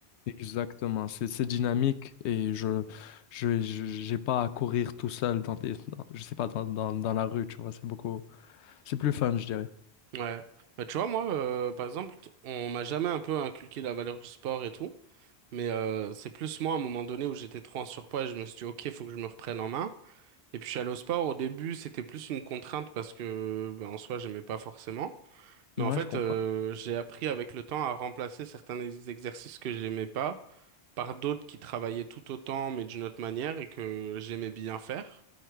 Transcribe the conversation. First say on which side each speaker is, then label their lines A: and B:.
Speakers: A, on the left; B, on the right.
A: Exactement, c'est c'est dynamique et je je je- j'ai pas à courir tout seul dans des dans- je sais pas dans, dans, dans la rue, tu vois, c'est beaucoup C'est plus fun, je dirais.
B: Ouais. Bah, tu vois, moi, euh, par exemple, t- on m'a jamais un peu inculqué la valeur du sport et tout, mais euh, c'est plus moi, à un moment donné, où j'étais trop en surpoids et je me suis dit, OK, faut que je me reprenne en main. Et puis, je suis allé au sport. Au début, c'était plus une contrainte parce que, ben, en soi, j'aimais pas forcément. Mais
A: Moi,
B: en fait,
A: je comprends.
B: euh, j'ai appris avec le temps à remplacer certains ex- exercices que j'aimais pas par d'autres qui travaillaient tout autant, mais d'une autre manière, et que j'aimais bien faire.